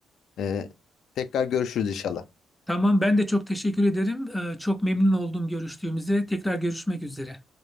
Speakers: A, on the left; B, in the centre.
A: Ee, tekrar görüşürüz inşallah.
B: Tamam ben de çok teşekkür ederim. E, çok memnun oldum görüştüğümüze. Tekrar görüşmek üzere.